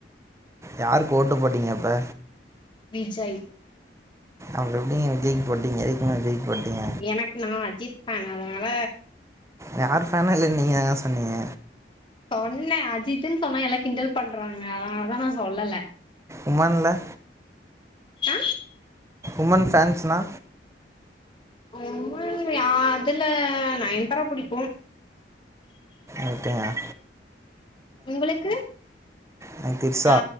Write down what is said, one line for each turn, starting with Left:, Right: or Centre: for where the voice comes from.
Right: யாருக்கு ஓட்டு போட்டீங்க அப்ப
Left: விஜய்
Right: அப்றோ எப்டிங்க விஜய்க்கு போட்டீங்க எதுக்குங்க விஜய்க்கு போட்டீங்க
Left: எனக்கு நா அஜித் ஃபேன் அதனால
Right: யார் ஃபேனு இல்லனு நீங்க தாங்க சொன்னீங்க
Left: சொன்ன அஜித்ன்னு சொன்னா எல்லா கிண்டல் பண்றாங்க அதனாலதா நா சொல்லல
Right: உமான்ல
Left: ஆ
Right: உமன் ஃபேன்ஸ்னா
Left: உமன்ல ஆ அதுல நய்ன்தாரா புடிக்கூ
Right: அப்டியா
Left: உங்களுக்கு
Right: நாங்கள் திரிஷா
Left: ஆ